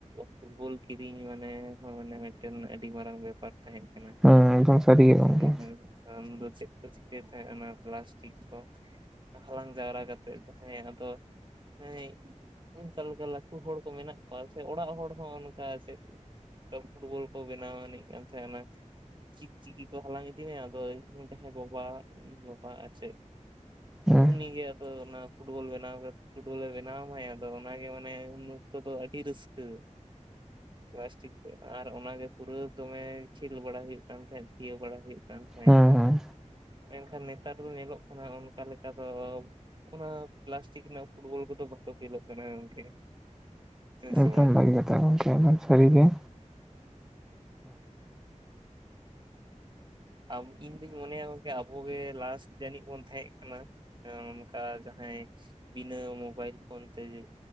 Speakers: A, on the right (about 40°); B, in the centre.
A: ᱯᱷᱩᱴᱵᱚᱞ ᱠᱤᱨᱤᱧ ᱢᱟᱱᱮ ᱢᱤᱫᱴᱮᱱ ᱟᱹᱰᱤ ᱢᱟᱨᱟᱝ ᱵᱮᱯᱟᱨ ᱛᱟᱦᱮᱸ ᱠᱟᱱᱟ,
B: ᱦᱮᱸ ᱮᱠᱫᱚᱢ ᱥᱟᱹᱨᱤ
A: ᱟᱨᱚ
B: ᱜᱮ ᱜᱚᱝᱠᱮ
A: <unintelligible> ᱟᱢ ᱫᱚ ᱪᱮᱫ ᱠᱚ ᱪᱤᱠᱟᱹᱭ ᱛᱟᱦᱮᱸᱱᱟ ᱚᱱᱟ ᱯᱞᱟᱥᱴᱤᱠ ᱠᱚ ᱦᱟᱞᱟᱝ ᱡᱟᱣᱨᱟ ᱠᱟᱛᱮᱫ ᱦᱮᱸ ᱟᱫᱚ ᱦᱮᱸ, ᱚᱱᱠᱟ ᱞᱮᱠᱟ ᱞᱟᱹᱴᱩ ᱦᱚᱲ ᱠᱚ ᱢᱮᱱᱟᱜ ᱠᱚᱣᱟ ᱥᱮ ᱚᱲᱟᱜ ᱦᱚᱲ ᱦᱚᱸ ᱚᱱᱠᱟ ᱪᱮᱫ ᱛᱚ ᱯᱷᱩᱴᱵᱚᱞ ᱠᱚ ᱵᱮᱱᱟᱣ ᱟᱹᱱᱤᱡ ᱠᱟᱱ ᱛᱟᱦᱮᱸᱱᱟ, ᱪᱤᱠᱪᱤᱠᱤ ᱠᱚ ᱦᱟᱞᱟᱝ ᱤᱫᱤ ᱢᱮ ᱟᱫᱚ ᱩᱱᱤ ᱡᱟᱦᱟᱸᱭ ᱫᱚ ᱵᱟᱵᱟ ᱤᱧ ᱵᱟᱵᱟ ᱟᱨ‌ ᱪᱮᱫ
B: ᱦᱮᱸ
A: ᱩᱱᱤ ᱜᱮ ᱟᱫᱚ ᱚᱱᱟ ᱯᱷᱩᱴᱵᱚᱞ ᱵᱮᱱᱟᱣ ᱠᱟᱛ ᱯᱷᱩᱴᱵᱚᱞᱮ ᱵᱮᱱᱟᱣ ᱟᱢᱟᱭ ᱟᱫᱚ ᱚᱱᱟᱜᱮ ᱢᱟᱱᱮ ᱩᱱ ᱚᱠᱛᱚ ᱫᱚ ᱟᱹᱰᱤ ᱨᱟᱹᱥᱠᱟᱹ᱾ ᱯᱞᱟᱥᱴᱤᱠ ᱠᱷᱚᱡ, ᱟᱨ ᱚᱱᱟᱜᱮ ᱯᱩᱨᱟᱹ ᱫᱚᱢᱮ ᱠᱷᱮᱞ ᱵᱟᱲᱟ ᱦᱩᱭᱩᱜ ᱠᱟᱱ ᱛᱟᱦᱮᱸᱫ ᱛᱤᱭᱟᱹ ᱵᱟᱲᱟ ᱦᱩᱭᱩᱜ ᱠᱟᱱ ᱛᱟᱦᱮᱸᱫ᱾
B: ᱦᱮᱸ ᱦᱮᱸ
A: ᱢᱮᱱᱠᱷᱟᱱ ᱱᱮᱛᱟᱨ ᱫᱚ ᱧᱮᱞᱚᱜ ᱠᱟᱱᱟ ᱚᱱᱠᱟ ᱞᱮᱠᱟ ᱫᱚ ᱚᱱᱟ ᱯᱞᱟᱥᱴᱤᱠ ᱨᱮᱱᱟᱜ ᱯᱷᱩᱴᱵᱚᱞ ᱠᱚᱫᱚ ᱵᱟᱠᱚ ᱠᱷᱮᱞᱳᱜ ᱠᱟᱱᱟ ᱜᱚᱝᱠᱮ? ᱦᱮᱸ ᱥᱮ
B: ᱮᱠᱫᱚᱢ
A: ᱵᱟᱝ
B: ᱵᱷᱟᱜᱤ ᱠᱟᱛᱷᱟ ᱜᱚᱝᱠᱮ ᱮᱠᱫᱚᱢ ᱥᱟᱹᱨᱤ ᱜᱮ,
A: ᱟᱢ ᱤᱧ ᱫᱩᱧ ᱢᱚᱱᱮᱭᱟ ᱜᱚᱝᱠᱮ ᱟᱵᱚᱜᱮ ᱞᱟᱥᱴ ᱡᱟᱹᱱᱤᱡ ᱵᱚᱱ ᱛᱟᱦᱮᱸᱫ ᱠᱟᱱᱟ, ᱚᱱᱠᱟ ᱡᱟᱦᱟᱸᱭ ᱵᱤᱱᱟᱹ ᱢᱳᱵᱟᱭᱤᱞ ᱯᱷᱳᱱ ᱛᱮᱜᱮ